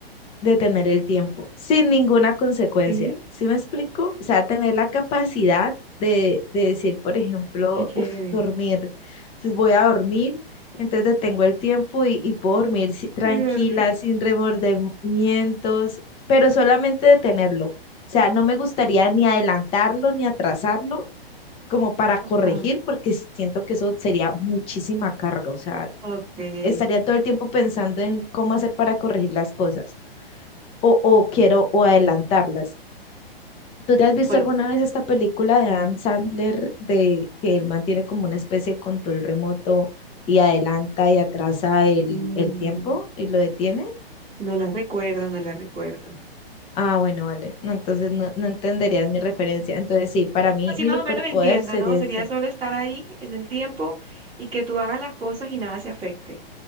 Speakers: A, on the left (about 20°); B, on the right (about 15°).
A: detener el tiempo, sin ninguna consecuencia.
B: Sí,
A: ¿Sí me explico? O sea, tener la capacidad de, de decir, por ejemplo,
B: qué chévere.
A: uf, dormir. Entonces voy a dormir, entonces detengo el tiempo y, y puedo dormir si- tranquila,
B: Y duermes.
A: sin remordimientos, pero solamente detenerlo. O sea, no me gustaría ni adelantarlo ni atrasarlo como para corregir,
B: Ajá.
A: porque siento que eso sería muchísima carga, o sea,
B: Ok.
A: estaría todo el tiempo pensando en cómo hacer para corregir las cosas o, o quiero o adelantarlas. ¿Tú te has visto
B: Bueno,
A: alguna vez esta película de Adam Sandler de que él mantiene como una especie de control remoto y adelanta y atrasa el,
B: mm,
A: el tiempo y lo detiene?
B: no la recuerdo, no la recuerdo.
A: Ah, bueno, vale. No, entonces no, no entenderías mi referencia. Entonces sí, para mí
B: Así
A: mi
B: más
A: superpoder
B: o menos entiendo,
A: sería
B: ¿no? Sería
A: ese.
B: solo estar ahí en el tiempo y que tú hagas las cosas y nada se afecte.